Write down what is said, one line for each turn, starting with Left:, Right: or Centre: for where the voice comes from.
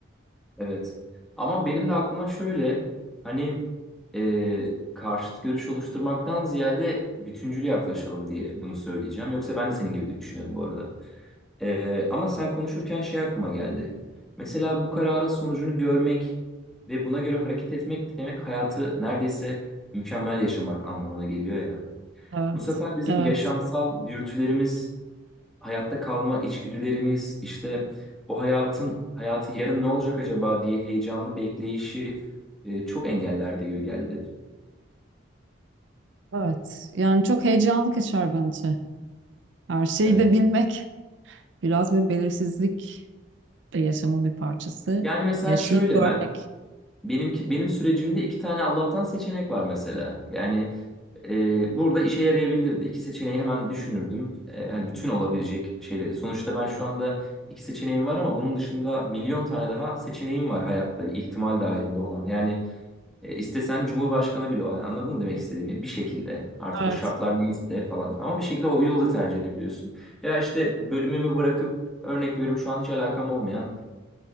Centre: Evet. Ama benim de aklıma şöyle hani e, karşıt görüş oluşturmaktan ziyade bütüncül yaklaşalım diye bunu söyleyeceğim. Yoksa ben de senin gibi düşünüyorum bu arada. Ee, ama sen konuşurken şey aklıma geldi. Mesela bu kararın sonucunu görmek ve buna göre hareket etmek demek hayatı neredeyse mükemmel yaşamak anlamına geliyor ya.
Right: Evet,
Centre: Bu sefer bizim
Right: evet,
Centre: yaşamsal dürtülerimiz, hayatta kalma içgüdülerimiz, işte o hayatın hayatı yarın ne olacak acaba diye heyecanlı bekleyişi e, çok engellerdi gibi geldi.
Right: evet. Yani çok heyecanlı kaçar bence. Her şeyi
Centre: Evet.
Right: de bilmek, biraz bir belirsizlik de yaşamın bir parçası.
Centre: Yani mesela
Right: Yaşayıp
Centre: şöyle
Right: görmek
Centre: ben benim benim sürecimde iki tane Allah'tan seçenek var mesela. Yani Ee, burada işe yarayabilirdi. İki seçeneği hemen düşünürdüm. Ee, yani bütün olabilecek şeyleri. Sonuçta ben şu anda iki seçeneğim var ama bunun dışında milyon tane daha seçeneğim var hayatta ihtimal dahilinde olan. Yani e, istesen Cumhurbaşkanı bile o. hani Anladın mı demek istediğimi? Bir şekilde artık
Right: Evet,
Centre: o şartlar neyse falan. Ama bir şekilde o yolu da tercih edebiliyorsun. Veya işte bölümümü bırakıp örnek veriyorum şu an hiç alakam olmayan